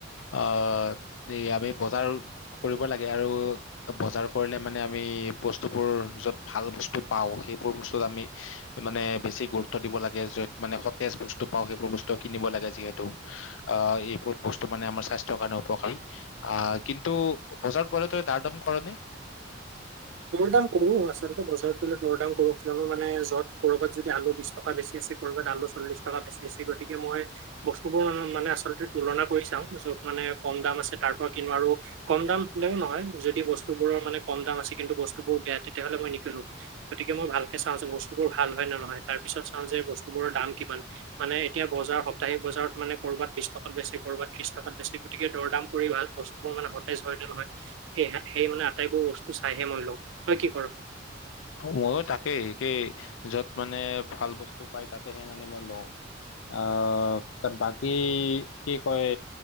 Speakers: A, on the left; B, on the right.
A: আহ দে আমি বজাৰ কৰিব লাগে আৰু বজাৰ কৰিলে মানে আমি বস্তুবোৰ যত ভাল বস্তু পাওঁ সেইবোৰ বস্তুত আমি মানে বেছি গুৰুত্ব দিব লাগে য'ত মানে সতেজ বস্তু পাওঁ সেইবোৰ বস্তু কিনিব লাগে যিহেতু অ এইবোৰ বস্তু মানে আমাৰ স্বাস্থ্যৰ কাৰণে উপকাৰ অ কিন্তু বজাৰত গ'লে ত দাৰডম কৰ'নি?
B: দৰ দাম কৰো আচলতে বজাৰ গলে দৰ দাম কৰো কিয়নো মানে য'ত ক'বাত যদি আলু বিশ টকা বেছি আছে কৰবাত আলো চল্লিছ টকা বেছি আছে গতিকে মই বস্তুবোৰ মানে আচলতে তুলনা কৰি চাওঁ যত মানে কম দাম আছে তাৰ পৰা কিনো আৰু কম দাম হলেও নহয় যদি বস্তুবোৰৰ মানে কম দাম আছে কিন্তু বস্তুবোৰ বেয়া তেতিয়াহ'লে মই নিকিনো গতিকে মই ভালকৈ চাওঁ যে বস্তুবোৰ ভাল হয় নহয় তাৰপিছত চাওঁ যে বস্তুবোৰৰ দাম কিমান মানে এতিয়া বজাৰ সপ্তাহিক বজাৰত মানে কৰ'বাত বিশ টকা বেছি ক'ৰবাত ত্ৰিশ টকা বেছি গতিযে দৰ দাম কৰি লোৱা ভাল বস্তু তোৰ মানে সতেজ হয় নে নহয় এই সে সেই মানে আটাইবোৰ বস্তু চাইহে মই লওঁ তই কি কৰ?
A: ময়ো তাকেই একেই যত মানে ভাল বস্তু পাই তাতেহে মানে মই লওঁ আহ বাকী কি কয়